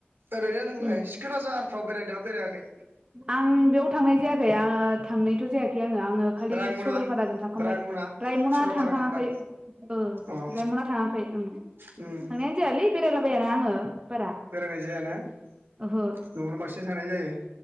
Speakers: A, on the right; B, on the right.
A: ओरैनो नोंलाय
B: उम
A: सिखोना जाहारफ्राव बेरायदोंना बेरायाखै
B: आं बेयाव थांनाय जायाखै आङो थांनायथ' जायाखै आङो आङो खालि
A: रायमना
B: सरलपाराजों थांखांबाय
A: रायमना
B: रायमना
A: सरलपारायाव
B: थांखाङाखै
A: थांबाय
B: ओ
A: अ
B: ओमफ्राय मोना थाङाखै ओं
A: उम
B: थांनायानो जायालै बेरायलाबायाना आङो। बारा
A: बेरायनाय जायाना न'आवनो
B: ओहो
A: बांसिन थानाय जायो।